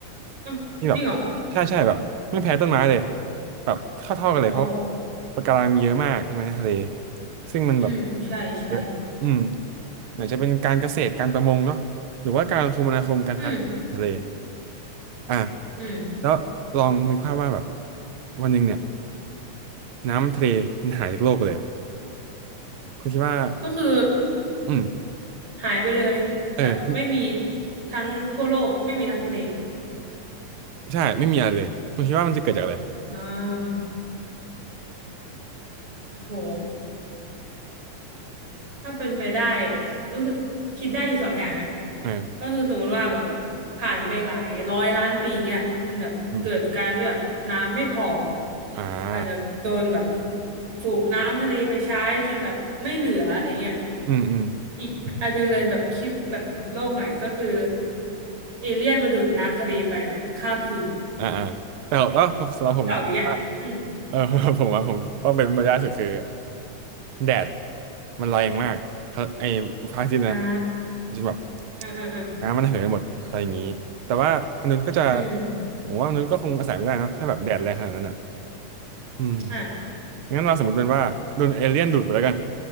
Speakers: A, on the right; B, on the right.
A: อ่ะจริงเหรอ
B: นี่แบบใช่ใช่แบบไม่แพ้ต้นไม้เลยแบบเท่าๆกันเลยเพราะว่า
A: โอ้
B: ปะการังมีเยอะมากใช่ไหมในทะเลซึ่งมันแบบ
A: อืม ใช่ ใช่
B: เนี่ยอืมไหนจะเป็นการเกษตรการประมงเนาะหรือว่าการคมนาคมการค้าทะเล
A: อืม
B: อ่ะ
A: อืม
B: แล้วลองนึกภาพว่าแบบวันหนึ่งเนี่ยน้ำทะเลมันหายจากโลกไปเลยอ่ะคุณคิดว่า
A: ก็คือ
B: อืม
A: หายไปเลย
B: เออ
A: แบบไม่มีทั้งทั่วโลก ไม่มีทั้งทะเล
B: ใช่ไม่มีอะไรเลย คุณคิดว่ามันจะเกิดจากอะไร
A: อ่าโอ้โห ถ้าเป็นไปได้รู้สึกคิดได้อยู่สองอย่างนะ
B: เออ
A: ก็คือสมมติว่าแบบผ่านไปหลายร้อยล้านปีเงี้ยมันแบบเกิดการที่แบบน้ำไม่พอ
B: อืมอ่า
A: อาจจะโดนแบบสูบน้ำทะเลไปใช้จนแบบไม่เหลืออะไรเงี้ย
B: อืมอืม
A: อีกอันนึงเลยแบบคิดแบบหลุดโลกหน่อยก็คือเอเลี่ยนมาดูดน้ำทะเลไปแบบข้ามคืน
B: อ่าอ่าแต่ว่าสำหรับผมนะ
A: คิดออกอยู่เนี้ยอืม
B: เออ <laughs> ผมว่าผมว่าเป็นมารยาทสุดคือ แดดมันแรงมากฮะไอ้พระอาทิตย์นะ
A: อ่า
B: จนแบบ
A: อืมอืมอืม
B: น้ำมันเหินหมดอะไรอย่างนี้แต่ว่ามนุษย์ก็จะ
A: อืม
B: ผมว่ามนุษย์ก็คงอาศัยไม่ได้เนอะถ้าแบบแดดแรงขนาดนั้นอ่ะอืม
A: อ่า
B: งั้นเราสมมติเป็นว่าโดนเอเลี่ยนดูดไปแล้วกัน